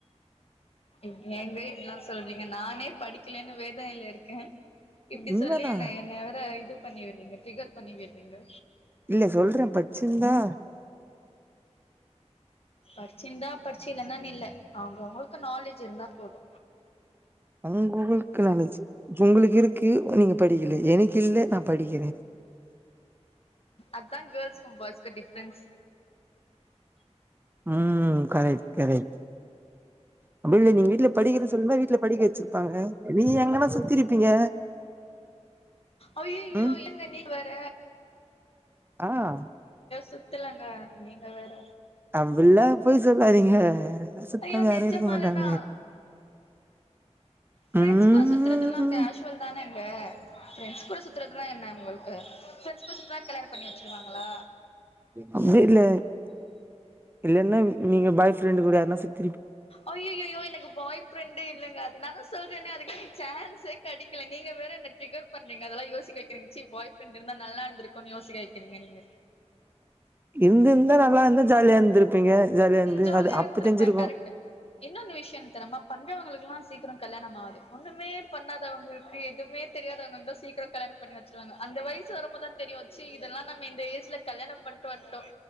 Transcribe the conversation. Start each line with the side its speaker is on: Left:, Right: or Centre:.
Left: ஏங்க இப்படியெல்லாம் சொல்றீங்க நானே படிக்கலேன்னு வேதனையில இருக்கேன் இப்படி
Right: உண்மதா
Left: சொல்லிய என்ன என்னவர இது பண்ணி வர்றீங்க டிகர் பண்ணி விட்றீங்க
Right: இல்ல சொல்றேன் பச்சிருந்தா
Left: படிச்சு இருந்தா படிச்சு இல்லைன்னான் இல்லை அவங்க அவங்களுக்கு நாலேஜ் இருந்தா போது
Right: உங்களுக்கு நாலேச்சு உங்களுக்கு இருக்கு நீங்க படிக்கல எனக்கு இல்ல நான் படிக்கிறேன்
Left: அதான் கேர்ள்ஸ்க்கும் பாய்ஸ்க்கும் டிஃப்ரன்ஸ்
Right: உம் கரெக்ட் கரெக்ட் அப்படி இல்ல நீங்க வீட்டுல படிங்கன்னு சொல்லி வீட்ல படிக்க வச்சிருப்பாங்க நீங்க எங்கன்னா சுத்திருப்பீங்க
Left: அய்யய்யோ
Right: ம்
Left: என்ன நீங் வர
Right: ஆஹ்
Left: சுத்தலங்க நீங்க வேற
Right: அப்டில்லாம் பொய் சொல்லாதீங்க எல்லாம் சுத்தாம
Left: ஐயோ
Right: யாரும்
Left: நெஜமாலேதா
Right: இருக்க மாட்டாங்க
Left: ஃபிரெண்ட்ஸ்
Right: ம்
Left: கூட சுத்துறதெல்லாம் கேஷுவல் தானே கூட சுத்துறதுதான் என்ன உங்களுக்கு ஃபிரெண்ட்ஸ் கூட சுத்துனா கல்யாணம் பண்ணி வச்சுிருவாங்களா
Right: அப்படி இல்ல இல்லன்னா நீங்க பாய் ஃப்ரெண்ட் கூட நா சுத்
Left: அய்யய்யோயோ எனக்கு பாய்ஃப்ரெண்டு இல்லைங்க அது நான் தான் சொல்றேன்னே அதுமேரி சான்ஸ் கிடைக்கல நீங்க வேற என்ன ட்ரிகர் பண்றீங்க அதெல்லாம் யோசிக்க வைக்கிறீங்கச்சி பாய் ஃப்ரெண்டு இருந்தா நல்லா இருந்துருக்குனு யோசிக்க வக்கிறீங்க
Right: இருந்திருந்த நல்லா இருந்து ஜாலியா இருந்திருப்பீங்க ஜாலியா
Left: ஜாலியா
Right: அது அப்ப
Left: இருந்திருப்பேன்
Right: தெரிஞ்சிருக்கு
Left: கரெக்ட்டு இன்னொன்னு விஷயம் என்ன தெரியுமா பண்றவங்களுக்கெல்லாம் சீக்கிரம் கல்யாணம் ஆது ஒண்ணுமே பண்ணாதவங்களுக்கு எது எதுவுமே தெரியாதங்க சீக்கிரம் கல்யாணம் பண்ணி வச்சுருவாங்க அந்த வயசு வரும்போதுத தெரியும் ச்சி இதெல்லாம் நம்ம இந்த எஜ்ல கல்யணம் பண்ணிட்டு வந்துட்டோம்